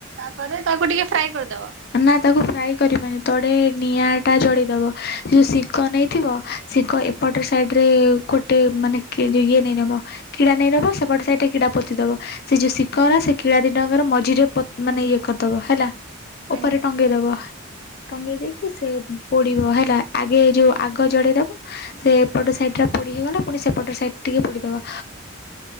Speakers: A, on the right; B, on the left.
A: ତାପରେ ତାକୁ ଟିକେ ଫ୍ରାଏ କରିଦବା।
B: ନା ତାକୁ ଫ୍ରାଏ କରିବନି ତଡ଼େ ନିଆଁଟା ଜଳିଦେବ ସେ ଯେଉଁ ଶିଙ୍କ ନେଇଥିବ ସିଙ୍କ ବଟେ ସାଇଡ଼୍ରେ ଗୋଟେ ମାନେ ଇଏ ନେଇ ନେବ କିଡ଼ା ନେଇ ନେବ ସେପଟେ ସାଇଡ଼୍ରେ କିଡ଼ା ପୋତିଦେବ ସେ ଯୋଉ ଶିକରା ସେ କିଳା ଦଟାଙ୍କର ମଝିରେ ମାନେ ଇଏ କରିଦବ ହେଲା
A: ଆଜ୍ଞା
B: ଉପରେ ଟଙ୍ଗେଇଦବ ଟଙ୍ଗେଇ ଦେଇକି ସେ ପୋଡିବ ହେଲା ଆଗେ ଯେଉଁ
A: ଆଜ୍ଞା।
B: ଆଗ ଜଳେଇଦେବ, ସେ ପଟ ସାଇଟ୍ଟା ପଡ଼ି ହୋଇଗଲା, ପୁଣି ସେପଟ ସାଇଟ୍ ଟିକେ ପୋଡ଼ିଦେବ